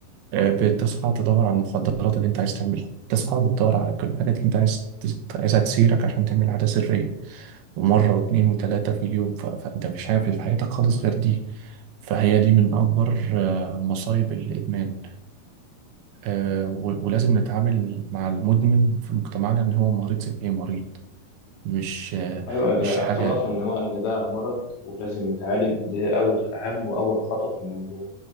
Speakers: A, on the right (about 75°); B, on the left (about 70°).
A: آه، بتصحى تدور على المخدرات اللي انت عايز تعملها بتصحى بتدور على كل الحاجات اللي انت عايز عايزها تسيرك عشان تعمل عادة سرية ومرة واتنين وتلاتة في اليوم ف... فانت مش عارف في حياتك خالص غير دي فهي دي من أكبر آه، مصايب الإدمان آه، و- ولازم نتعامل مع المدمن في مجتمعنا إن هو مريض زي أي مريض مش آه،
B: ايوه الاعتراف
A: مش حاجة
B: ان هو ان ده مرض ولازم يتعالج ده اول اهم واول خطوه في الموضوع